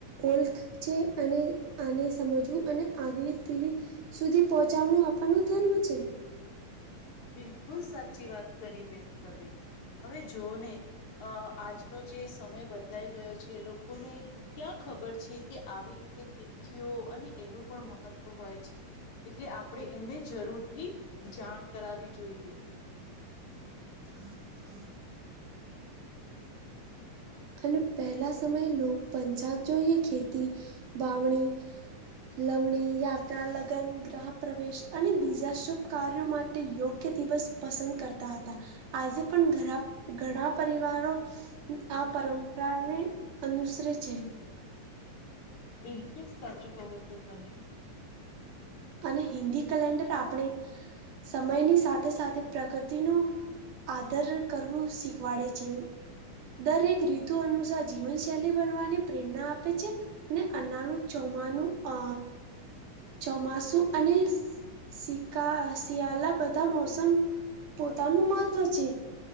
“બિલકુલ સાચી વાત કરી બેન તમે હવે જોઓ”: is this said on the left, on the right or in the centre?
Left